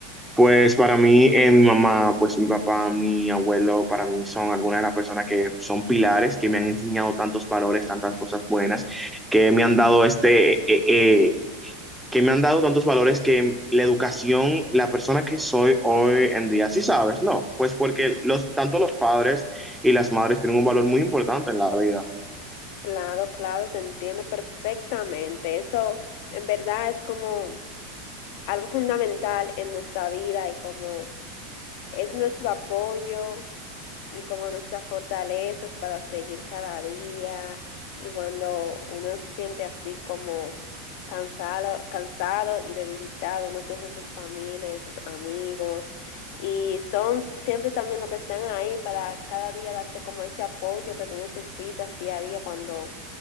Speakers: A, in the centre; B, on the left.
A: Pues para mí, eh, mi mamá, pues mi papá, mi abuelo, para mí son algunas de las personas que son pilares, que me han enseñado tantos valores, tantas cosas buenas, que me han dado este, eh, eh, que me han dado tantos valores que la educación, la persona que soy hoy en día, sí sabes, ¿no? Pues porque los, tanto los padres y las madres tienen un valor muy importante en la vida.
B: claro, claro, te entiendo perfectamente. Eso en verdad es como algo fundamental en nuestra vida y como es nuestro apoyo y como nuestras fortalezas para seguir cada día y cuando uno se siente así como cansado, cansado y debilitado, uno piensa en sus familias, en sus amigos y son siempre también los que están ahí para cada día darte como ese apoyo que tú necesitas día a día cuando